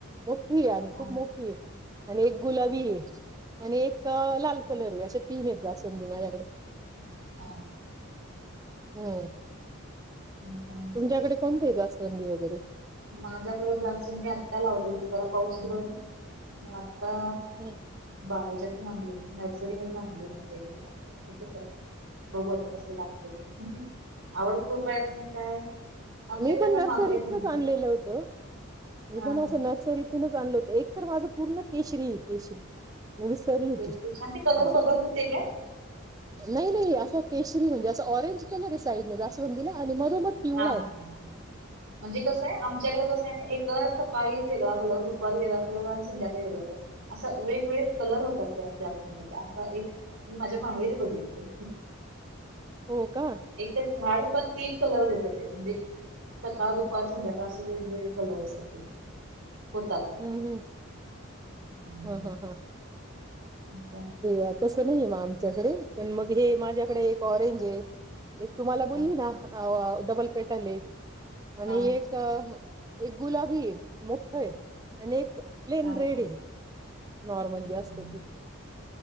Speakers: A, on the right; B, on the right.
A: मोठी आहे आणि
B: हा
A: खूप मोठी आहे आणि एक गुलाबी
B: हो.
A: आहे. आणि एक लाल कलर आहे अशे तीन आहेत जास्वंदी माझ्याकडे.
B: हा
A: हम्म
B: हं का!
A: तुमच्याकडे कोणती आहे जास्वंदी वगैरे
B: माझ्याकडे जास्वंदी आत्ता लावले मी जरा पाऊस सुरू आहे ना म आता
A: हो
B: बावजातून आणले, नर्सरी मधून आणले नाते कुठे काय? बघू आता कसं लागत ते आवड खूपआहे म्हणून काय? आमच्याकडे
A: मी पण
B: ना
A: नर्सरीतनच
B: माकडे भरपूर येतात.
A: आणलेलं होतं. मी
B: हा.
A: पण असं नर्सरीतूनच आणलं होतं, एक तर माझं पूर्ण केशरी केशरी. म विसरली होती
B: तेच ते छान ते कलर
A: असं.
B: बदलतात ते काय?
A: नाही नाही असा केशरी म्हणजे असं ऑरेंज कलर या साईडन जास्वंदीला आणि मध्ये मंग पिवळा
B: हा
A: आहे.
B: हा हा. म्हणजे कसं आहे आमच्याकडे कसं आहे एक. सकाळी वेगळा कलर, दुपारी वेगळा कलर अन संध्याकाळी वेगळा असा वेगवेग कलर होता त्या जास्वान्दाचा, असा एक मी माझ्या माहेरी बघितले.
A: हो का?
B: एकच झाड पण तीन कलर देत ते, म्हणजे सकाळ दुपार संध्याकाळ अस वेगवेगळे कलर असतात ते जे होतात.
A: हम्म हम्,
B: हम्म.
A: हन हन
B: आणि काय म्हणतात?
A: <unintelligible> तसं नाही ये मग आमच्याकडे, पण मग हे माझ्याकडे एक ऑरेंज ये, एक तुम्हाला बोलली
B: हा
A: ना? अ डबल पेट आले आणि
B: हा
A: एक. क् एक गुलाबी ये, मोठ्ठय आणि एक प्लेन
B: हा हा.
A: रेडये. नॉर्मल
B: हम्म.
A: जे असतं ते.